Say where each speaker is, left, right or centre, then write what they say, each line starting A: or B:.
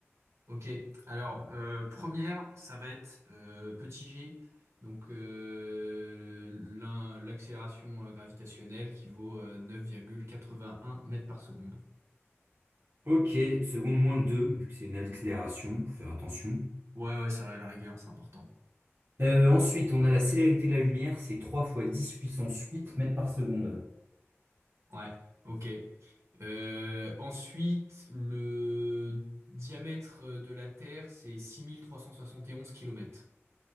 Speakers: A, on the right (about 75°); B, on the right (about 60°).
A: Ok, alors euh, première, ça va être euh, petit g, donc euh, l'in- l'accélération euh, gravitationnelle qui vaut euh, 9,81 mètres par seconde.
B: Ok, seconde moins 2, vu que c'est une accélération, faut faire attention.
A: Ouais, ouais, ça va, la rigueur, c'est important.
B: Euh, ensuite, on a la célérité de la lumière, c'est 3 fois 10 puissance 8 mètres par seconde.
A: Ouais, ok. Euh, ensuite, le diamètre euh, de la Terre, c'est 6371 km.